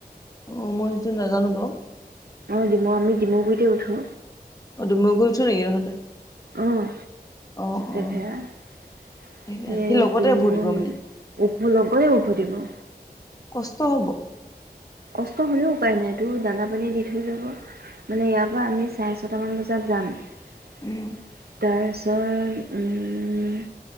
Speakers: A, on the left; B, on the right.
A: অ, মই সটো নাজানো বাৰু।
B: অ', ডিমৌ, আমি ডিম গুৈতে উঠো।
A: অ' ডুমুগুৰি গৈছ নেকি তহঁতে?
B: অ',
A: অ' অ'
B: তেভেৰা
A: ঠিকে
B: এ
A: সি লগতে ভোট দিব মানে
B: উভো লগতে উভতিব।
A: কষ্ট হ'ব।
B: কষ্ট হলেও উপায় নাই তোৰ দানা পানীয়ে দি থৈ যাব। মানে ইয়াৰ পৰা আমি চাৰে-ছটা মান বজাত তাত জাম।
A: উম।
B: তাৰছ হে